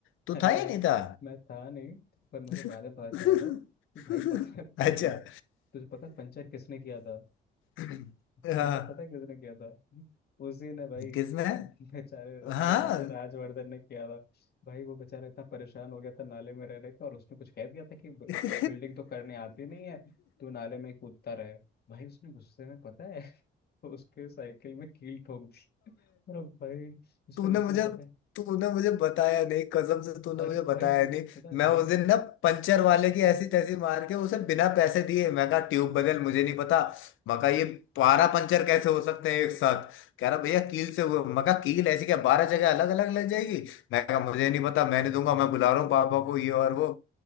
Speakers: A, on the left; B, on the left.
A: तू
B: अरे
A: था
B: यार
A: या नहीं था
B: मैं था नहीं पर
A: <laughs>
B: मुझे बाद में पता चला था कि भाई पता है पं,
A: अच्छा
B: तुझे पता है पंचर किसने किया था
A: <laughs> हाँ
B: पंचर पता है किसने किया था <laughs> उसी ने भाई
A: किसने
B: बेचारे
A: हाँ
B: अरे रा, राजवर्धन ने किया था भाई वो बेचारा इतना परेशान हो गया था नाले में रह रहे के और उसने कुछ कह दिया था कि
A: <laughs>
B: ब-
A: अबे
B: बिल्डिंग तो करने आती नहीं है तू नाले में ही कूदता रहे भाई उसने गुस्से में पता है <laughs> उसके साइकिल में कील ठोक दी और भाई उसने
A: तूने
B: गुस्से
A: मुझे
B: में पता है
A: तूने मुझे बताया नहीं कसम से तूने
B: अरे
A: मुझे बताया
B: भाई मुझे
A: नहीं
B: पता है
A: मैं
B: भाई
A: उस दिन ना पंचर वाले की ऐसी तैसी मार के उसे बिना पैसे दिए मैं कहा ट्यूब बदल मुझे नहीं पता मैं कहा ये बारह पंचर कैसे हो सकते हैं एक साथ कह रहा भैया कील से हुए मैं कहा कील ऐसी क्या बारह जगह अलग अलग लग जाएगी मैं कहा मुझे नहीं पता मैं नहीं दूंगा मैं बुला रहा हूँ पापा को ये और वो